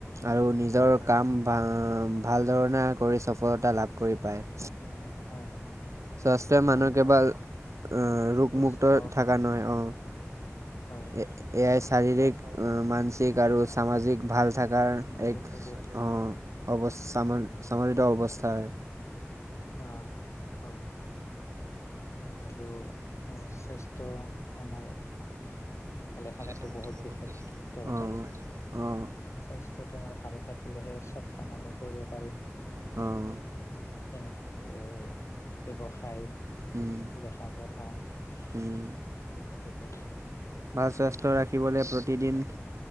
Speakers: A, on the right (about 75°); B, on the left (about 65°).
A: আৰু নিজৰ
B: পাৰে
A: কাম ভাল বাঁ ধৰণে কৰি সফলতা লাভ কৰি পায়।
B: হয়, হয়।
A: স্বাস্থ্যই মানুহ
B: মানুহক
A: কেৱল ৰোগমুক্ত
B: সুস্থ
A: থাকা নহয়। অঁ
B: হয়
A: এ এয়াই
B: সুস্থ
A: শাৰীৰিক ও' মানসিক আৰু সামাজিক ভাল থকাৰ
B: সামাজিকভাৱে
A: এক অঁ। অৱস সামান সামৰিত অৱস্থা হয়।
B: অঁ, হয়। আৰু সো স্বাস্থ্য আমাৰ
A: ভালে
B: থকাটো
A: থাকাটো বহুত
B: বিশেষ
A: <unintelligible>
B: দৰকাৰী
A: অঁ, অঁ!
B: স্বাস্থ্যটো আমাৰ ভালে থাকিলেহে চ'ব কাম আমি কৰিব পাৰিম।
A: হাঁ
B: এনকে ব্যৱসায়
A: উম।
B: লেখা পঢ়া
A: উম।
B: <unintelligible>
A: ভাল স্বাস্থ্য ৰাখিবলে, প্ৰতিদিন
B: হয়নে